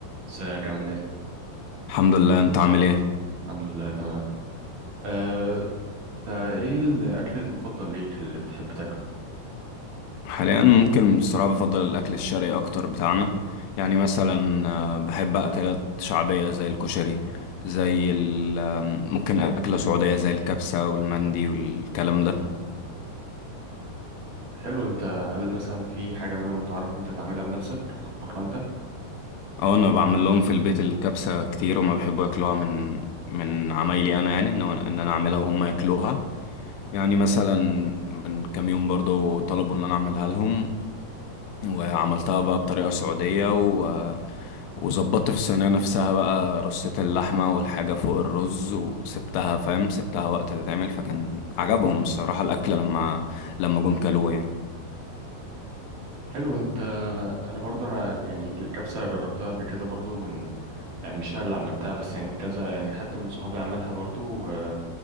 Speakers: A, on the right (about 55°); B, on the left (about 80°).
A: ازيك عامل ايه؟
B: الحمد لله انت عامل ايه
A: الحمد لله تمام أه، تا ايه الأكل المفضل ليك اللي بتحب تاكله؟
B: حاليا ممكن الصراحه بفضل الاكل الشرقي اكتر بتاعنا يعني مثلا آه، بحب اكلات شعبيه زي الكشري زي ال آم، ممكن اكله سعوديه زي الكبسه والمندي والكلام ده
A: حلو انت هل مثلا في حاجة منهم تعرف انت تعملها بنفسك تطبخها انت؟
B: اه انا بعمل لهم في البيت الكبسه كتير وما بيحبوا ياكلوها من من عمايلي انا يعني ان هو- ان انا اعملها وهم ياكلوها يعني مثلا من كام يوم برضو طلبوا ان انا اعملها لهم وعملتها بقى بطريقة سعودية و... وظبطت في الصينية نفسها بقى رصة اللحمة والحاجة فوق الرز وسبتها فاهم سبتها وقت تتعمل فكان عجبهم الصراحة الأكلة لما لما جم كلوه يعني
A: حلو انت انا برضو انا يعني الكبسة جربتها قبل كده برضو من يعني مش انا اللي عملتها بس يعني كذا يعني حد من صحابي عملها برضو و-